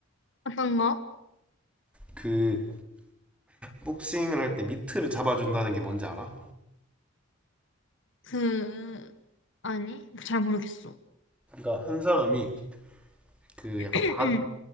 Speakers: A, on the left; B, in the centre.
A: 어떤 거?
B: 그 복싱을 할 때 미트를 잡아준다는 게 뭔지 알아?
A: 그, 아니, 잘 모르겠어.
B: 그러니까 한 사람이 그
A: <clears throat>
B: 약간 받-
A: 응,